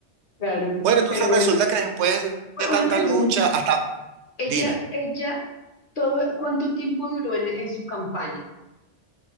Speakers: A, on the left (about 50°); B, on the right (about 75°).
A: Claro.
B: Bueno, entonces
A: Pero bueno,
B: resulta
A: ella-
B: que después de
A: Bueno,
B: tanta
A: una pregunta.
B: lucha, hasta,
A: Ella,
B: dime.
A: ella, todo, ¿cuánto tiempo duró en, en su campaña?